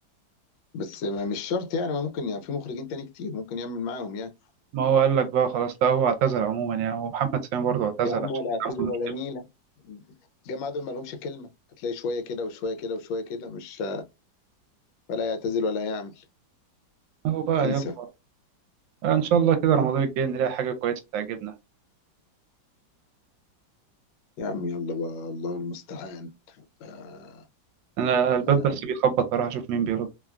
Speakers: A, on the left (about 80°); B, on the right (about 80°).
A: بس ما مش شرط يعني ما ممكن يعني في مخرجين تاني كتير ممكن يعمل معاهم يعني
B: ما هو قال لك بقى خلاص لا هو اعتزل عموما يعني ومحمد سامي برضه اعتزل
A: يا عم ولا
B: عشان
A: اعتذر
B: كان
A: ولا
B: مشكله
A: نيله الجماعه دول ما لهمش كلمه هتلاقي شويه كده وشويه كده وشويه كده مش ولا يعتزل ولا يعمل
B: اهو بقى
A: انسى
B: يلا ان شاء الله كده رمضان الجاي نلاقي حاجه كويسه تعجبنا
A: يا عم يلا بقى الله المستعان آه،
B: انا الباب
A: آه،
B: بس بيخبط اروح اشوف مين بيرد